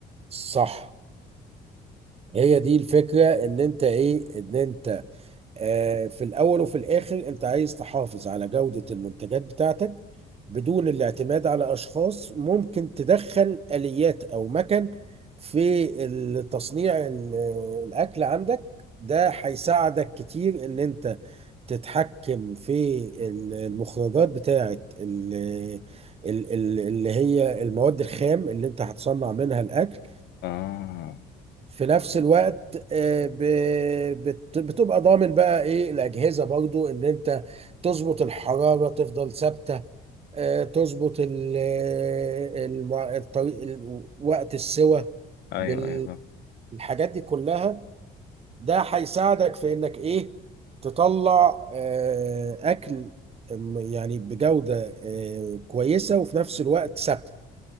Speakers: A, on the right; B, on the left.
A: صح هي دي الفكرة ان انت ايه ان انت آه في الاول وفي الاخر انت عايز تحافظ على جودة المنتجات بتاعتك بدون الاعتماد على اشخاص ممكن تدخل اليات او مكن في تصنيع ال- الاكل عندك ده هيساعدك كتير ان انت تتحكم في ال- المخرجات بتاعت ال- ال- ال- اللي هي المواد الخام اللي انت هتصنع منها الاكل
B: اه
A: في نفس الوقت آه، ب- بت- بتبقى ضامن بقى ايه الاجهزه برضو ان انت تظبط الحراره تفضل ثابته آه، تظبط ال- الم- الطريق ال- وقت السوى
B: ايوه
A: بالحاجات
B: ايوه فاهم.
A: دي كلها ده هيساعدك في انك ايه تطلع آه، اكل آم، يعني بجوده آه، كويسه وفي نفس الوقت ثابته